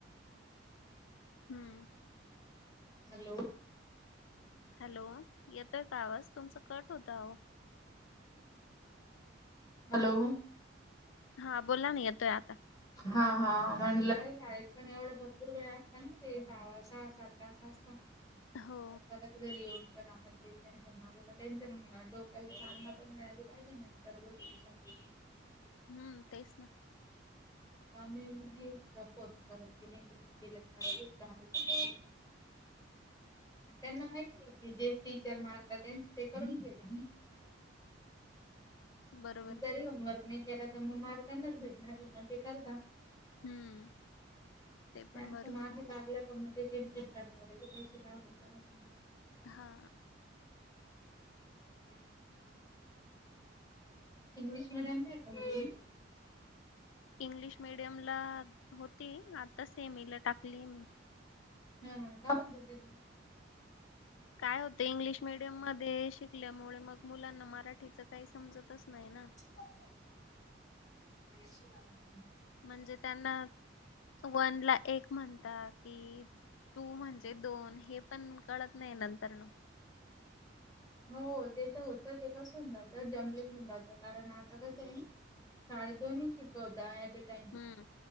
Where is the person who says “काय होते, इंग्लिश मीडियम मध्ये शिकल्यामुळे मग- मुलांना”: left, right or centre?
Left